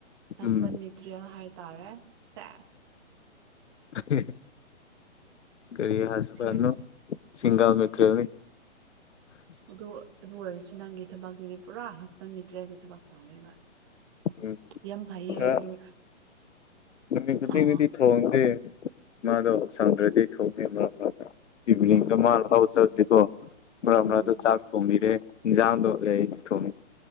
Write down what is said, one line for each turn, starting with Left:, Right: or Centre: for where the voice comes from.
Right: ꯍꯁꯕꯦꯟ
Left: ꯎꯝ
Right: ꯃꯦꯇ꯭ꯔꯤꯌꯦꯜ ꯍꯥꯏ ꯇꯥꯔꯦ ꯁꯦꯁ
Left: <unintelligible> ꯀꯔꯤ ꯍꯁꯕꯦꯟꯅꯣ
Right: ꯁꯦꯡ
Left: ꯁꯤꯡꯒꯜ ꯃꯦꯇ꯭ꯔꯦꯜꯅꯤ
Right: ꯑꯗꯨ ꯑꯗꯨ ꯑꯣꯏꯔꯁꯨ ꯅꯪꯒꯤ ꯊꯕꯛꯇꯗꯤ ꯄꯨꯔꯥ ꯍꯁꯕꯦꯟ ꯃꯦꯇ꯭ꯔꯦꯜꯒꯤ ꯊꯕꯛ ꯇꯧꯋꯦꯕ
Left: ꯎꯝ
Right: ꯌꯥꯝ ꯐꯩꯌꯦ
Left: ꯈꯔ
Right: ꯑꯗꯨ
Left: ꯅꯨꯃꯤꯠ ꯈꯨꯗꯤꯡꯒꯤꯗꯤ
Right: ꯑꯥ
Left: ꯊꯣꯡꯗꯦ ꯃꯥꯗꯣ ꯁꯪꯗ꯭ꯔꯗꯤ ꯊꯣꯡꯉꯦ ꯃꯔꯛ ꯃꯔꯛꯇ ꯏꯚꯤꯅꯤꯡꯗ
Right: ꯑꯧ
Left: ꯃꯥ
Right: ꯑꯧ
Left: ꯂꯧ ꯆꯠꯂꯗꯤꯀꯣ ꯃꯔꯛ
Right: ꯎꯝ
Left: ꯃꯔꯛꯇ ꯆꯥꯛ ꯊꯣꯡꯕꯤꯔꯦ ꯍꯤꯟꯖꯥꯡꯗꯣ ꯂꯩꯔꯗꯤ ꯊꯣꯡꯉꯤ